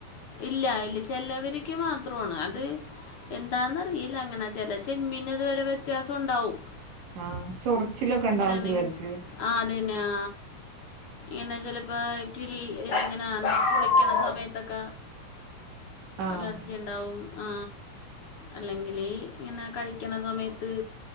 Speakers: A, on the left; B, on the right.
A: ഇല്ല ഇല്ല ചല്ലവർക്ക് മാത്രം മാത്രമാണ് അത് എന്താന്നറിയില്ല അങ്ങനാ ച ചെമ്മീകറി വരെ വ്യത്യാസം ഉണ്ടാവും
B: ആ ചൊറിച്ചിലൊക്കെ ഉണ്ടവും
A: ഇങ്ങനെ എന്തെങ്കിലും
B: ചിലർക്ക്
A: ആ അത് തന്നെ ആ ഇങ്ങനെ ചെലപ്പോ ക ഇങ്ങനെ കുടിക്കണ സമയത്തൊക്കെ
B: ആഹ്
A: അലർജി ഉണ്ടാവും ആ അല്ലെങ്കിലീ ഇങ്ങനെ കഴിക്കണ സമയത്ത്